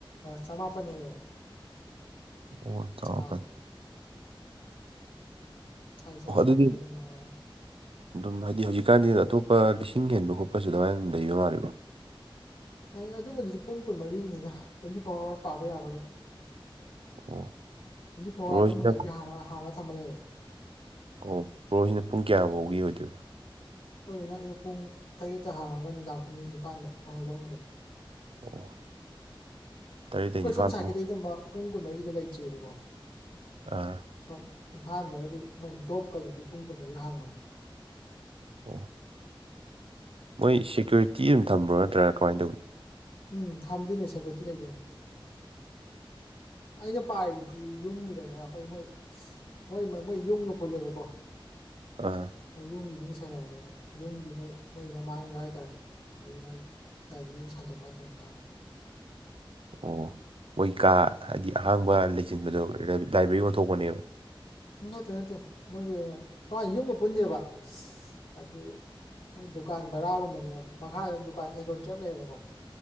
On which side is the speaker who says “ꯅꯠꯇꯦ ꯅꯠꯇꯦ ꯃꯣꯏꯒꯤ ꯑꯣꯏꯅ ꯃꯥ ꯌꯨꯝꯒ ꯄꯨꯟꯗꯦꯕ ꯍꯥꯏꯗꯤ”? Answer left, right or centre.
Left